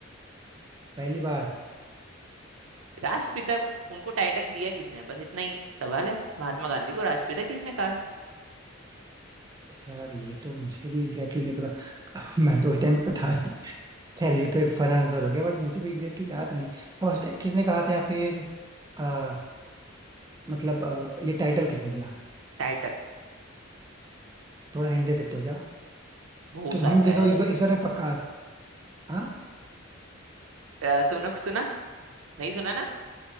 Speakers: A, on the right; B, on the right.
A: पहली बार
B: राष्ट्रपिता उनको टाइटल दिया किसने है? बस इतना ही सवाल है महात्मा गांधी को राष्ट्रपिता किसने कहा है
A: यार ये तो मुझे भी एग्जैक्टली exactly नहीं पता <laughs> मैं तो उस टाइम पे था नहीं खैर ये तो एक फन आंसर हो गया बट मुझे भी एग्जैक्टली exactly याद नहीं है फर्स्ट टाइम किसने कहा था या फिर आ, मतलब आ, ये टाइटल किसने दिया
B: टाइटल
A: थोड़ा हिंट दे सकते हो क्या
B: बहुत
A: तुम
B: आता
A: हिंट दे
B: है
A: दो इस बार इस बार मैं पक्का आंसर हाँ
B: अ, तुमने कुछ सुना नहीं सुना ना